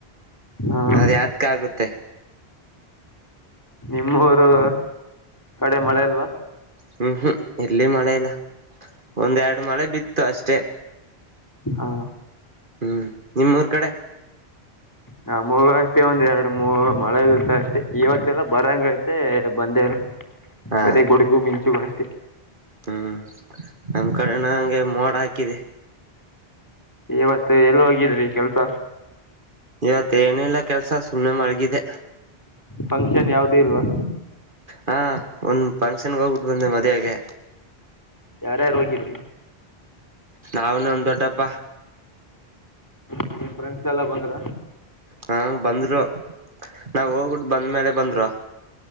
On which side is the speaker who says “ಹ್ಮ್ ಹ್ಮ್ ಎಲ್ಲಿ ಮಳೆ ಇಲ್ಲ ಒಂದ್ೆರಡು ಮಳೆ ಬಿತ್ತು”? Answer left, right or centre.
Right